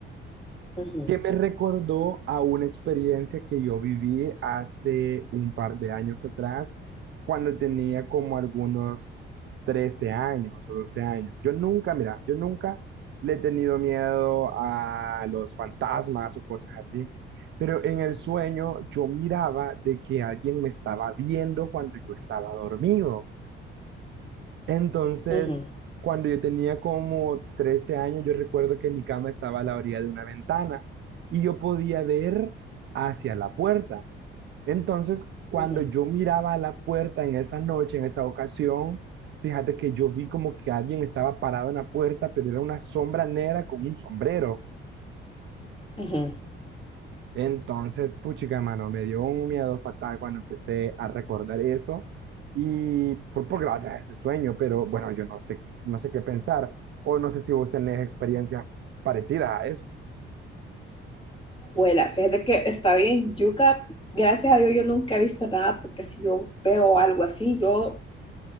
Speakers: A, on the left; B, on the right.
A: ujú,
B: que me recordó a una experiencia que yo viví hace un par de años atrás, cuando tenía como algunos 13 años o 12 años. Yo nunca, mira, yo nunca le he tenido miedo a los fantasmas o cosas así, pero en el sueño yo miraba de que alguien me estaba viendo cuando yo estaba dormido. Entonces,
A: ujú,
B: cuando yo tenía como 13 años, yo recuerdo que mi cama estaba a la orilla de una ventana y yo podía ver hacia la puerta. Entonces, cuando
A: ujú,
B: yo miraba a la puerta en esa noche, en esa ocasión, fíjate que yo vi como que alguien estaba parado en la puerta, pero era una sombra negra con un sombrero.
A: ujú.
B: Entonces, puchica, mano, me dio un miedo fatal cuando empecé a recordar eso y fue por gracias a este sueño, pero bueno, yo no sé, no sé qué pensar o no sé si vos tenés experiencias parecidas a eso.
A: Juela, fíjate que está bien, yuca. Gracias a Dios yo nunca he visto nada porque si yo veo algo así, yo